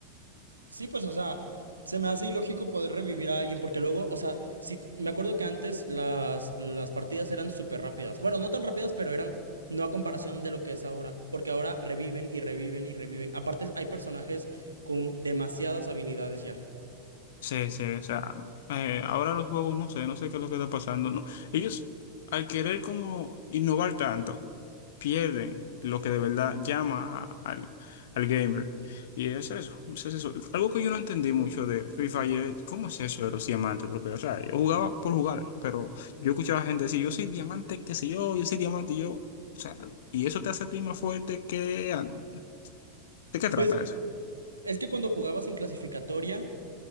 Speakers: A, on the right; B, on the left.
A: sí, pues, o sea, se me hace ilógico poder revivir a alguien porque luego, o sea, sí, me acuerdo que antes las, las partidas eran súper rápidas. Bueno, no tan rápidas, pero eran no a comparación de lo que es ahora, porque ahora reviven y reviven y reviven. Aparte, hay personajes con demasiadas habilidades ya.
B: Sí, sí, o sea, eh, ahora los juegos, no sé, no sé qué es lo que está pasando, ¿no? Ellos, al querer como innovar tanto, pierden lo que de verdad llama a- al, al gamer. Y es eso, es eso. Algo que yo no entendí mucho de Free Fire, es, ¿cómo es eso de los diamantes? Porque, o sea, yo jugaba por jugar, pero yo escuchaba gente decir, yo soy diamante, qué sé yo, yo soy diamante, y yo, o sea, y eso te hace a ti más fuerte que... an- ¿De qué trata
A: Pues
B: eso?
A: es que cuando jugabas en clasificatoria